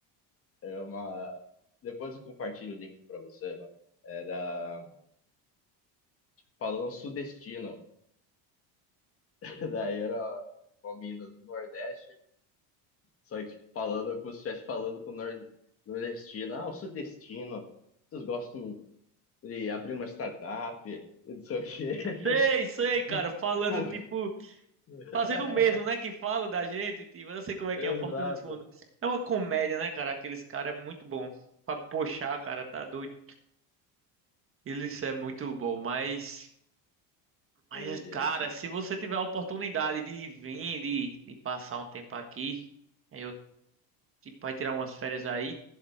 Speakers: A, on the left; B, on the right.
A: era uma. Depois eu compartilho o link pra você, mano. Era falando sudestino. <laughs> Daí era uma mina do Nordeste, só que tipo, falando como se estivesse falando com o nor- nordestino. Ah, o sudestino. Vocês gostam de abrir uma startup, e não sei o quê.
B: Sei, sei,
A: <laughs>
B: cara,
A: De
B: falando
A: co-
B: tipo
A: <laughs>
B: fazendo o mesmo, né? Que fala da gente, e eu sei como é
A: Exato.
B: que é, o Porta dos Fundos. É uma comédia, né, cara? Aqueles caras é muito bom. Pra puxar, cara, tá doido. Eles é muito bom, mas. Mas,
A: E,
B: cara, se você tiver a oportunidade de vir, de, de passar um tempo aqui, aí eu tipo, vai tirar umas férias aí,